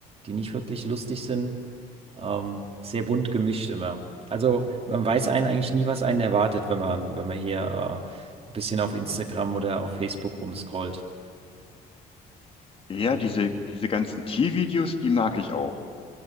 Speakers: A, on the right; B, on the left.
A: die nicht wirklich lustig sind. Ähm, sehr bunt gemischt immer. Also man weiß einen eigentlich nie, was einen erwartet, wenn man, wenn man hier äh, ein bisschen auf Instagram oder auf Facebook rumscrollt.
B: ja diese, diese ganzen Tiervideos, die mag ich auch.